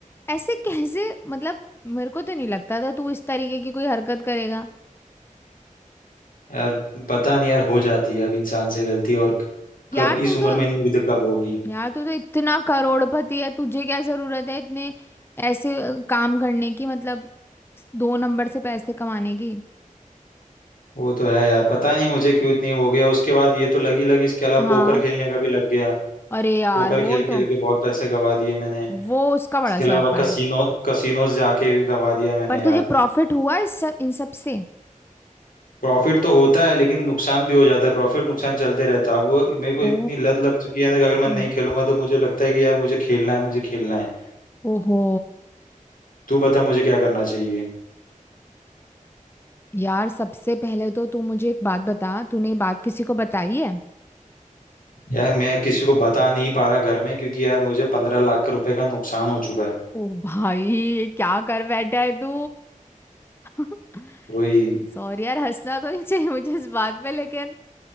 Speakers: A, on the left (about 15°); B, on the left (about 80°).
A: ऐसे कैसे मतलब मेरे को तो नहीं लगता था तू इस तरीके की कोई हरकत करेगा
B: यार पता नहीं यार हो जाती है अब इंसान से गलती और
A: यार
B: कब
A: तू
B: इस उम्र
A: तो
B: में नहीं होगी तो कब होगी
A: यार तू तो इतना करोड़पति है तुझे क्या जरूरत है इतने ऐसे अ, काम करने की मतलब दो नंबर से पैसे कमाने की
B: वो तो है यार पता नहीं मुझे क्यों इतनी हो गया उसके बाद ये तो लगी लगी इसके अलावा
A: हाँ
B: पोकर खेलने का भी लग गया
A: अरे यार
B: पोकर
A: वो
B: खेल खेल
A: तो
B: के बहुत पैसे गवा दिए मैंने
A: वो उसका
B: इसके
A: बड़ा स्यापा
B: अलावा कसिनो
A: है
B: कसिनोज जाके भी गवा दिया मैंने
A: पर तुझे
B: यार
A: प्रॉफिट हुआ इस सब इन सब से
B: प्रॉफिट तो होता है लेकिन नुकसान भी हो जाता है प्रॉफिट नुकसान चलते रहता है अब वो मेरे को
A: ओ
B: इतनी लत लग चुकी है ना कि अगर मैं
A: हम्म
B: नहीं खेलूंगा तो मुझे लगता है कि यार मुझे खेलना है मुझे खेलना है
A: ओहो
B: तू बता मुझे क्या करना चाहिए
A: यार सबसे पहले तो तू मुझे एक बात बता तूने ये बात किसी को बताई है
B: यार मैं किसी को बता नहीं पा रहा घर में क्योंकि यार मुझे पंद्रह लाख का रुपए का नुकसान हो चुका है
A: ओ भाई ये क्या कर बैठा है तू <laughs>
B: वही
A: सॉरी यार हंसना तो नहीं चाहिए मुझे इस बात पे लेकिन